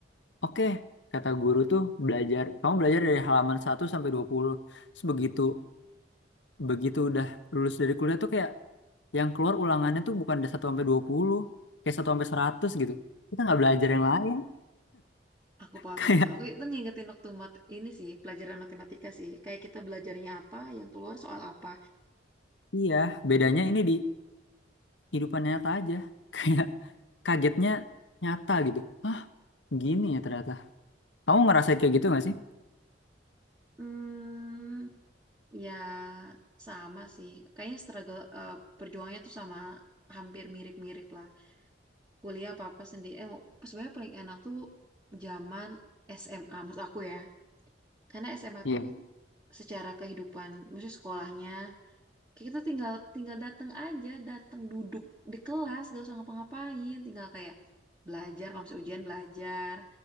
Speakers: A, on the left; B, on the right.
A: Oke, kata guru tuh belajar. Kamu belajar dari halaman satu sampai 20. Terus begitu begitu udah lulus dari kuliah tuh kayak yang keluar ulangannya tuh bukan dari satu sampai dua puluh kayak satu sampai 100 gitu. Kita nggak belajar yang lain.
B: aku paham
A: <laughs> Kayak
B: itu aku itu ngingetin waktu mat ini sih pelajaran matematika sih kayak kita belajarnya apa yang keluar soal apa
A: iya, bedanya ini di kehidupan nyata aja. <laughs> Kayak kagetnya nyata gitu. Hah, gini ya ternyata. Kamu ngerasain kayak gitu nggak sih?
B: Hmm, ya sama sih. Kayaknya struggle eh, perjuangannya tuh sama hampir mirip-mirip lah. Kuliah apa-apa sendiri. Eh, sebenarnya paling enak tuh zaman SMA menurut aku ya. Karena SMA
A: Iya.
B: tuh secara kehidupan, maksudnya sekolahnya kita tinggal tinggal datang aja datang duduk di kelas gak usah ngapa-ngapain tinggal kayak belajar kalau misalnya ujian belajar